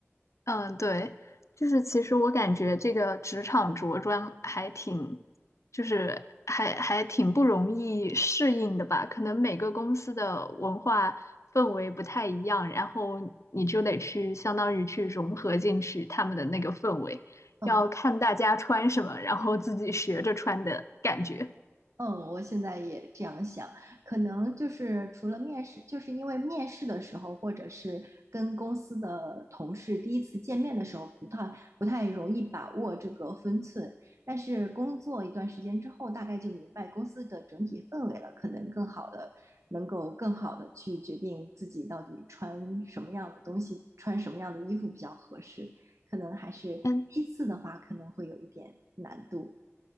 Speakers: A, on the left (about 80°); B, on the right (about 80°).
A: 嗯，对，就是其实我感觉这个职场着装还挺，就是还还挺不容易适应的吧。可能每个公司的文化氛围不太一样，然后你就得去相当于去融合进去他们的那个氛围，
B: 嗯，
A: 要看大家穿什么，然后自己学着穿的感觉。
B: 嗯，我现在也这样想，可能就是除了面试，就是因为面试的时候，或者是跟公司的同事第一次见面的时候，不太不太容易把握这个分寸。但是工作一段时间之后，大概就明白公司的整体氛围了，可能更好的能够更好的去决定自己到底穿什么样的东西，穿什么样的衣服比较合适。可能还是第一次的话，
A: 嗯，
B: 可能会有一点难度。